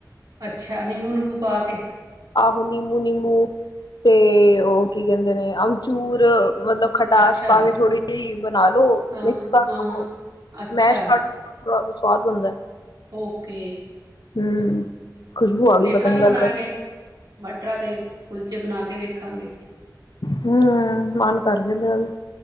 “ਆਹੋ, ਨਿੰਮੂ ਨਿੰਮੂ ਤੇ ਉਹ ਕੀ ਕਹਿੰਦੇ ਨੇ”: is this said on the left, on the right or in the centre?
Left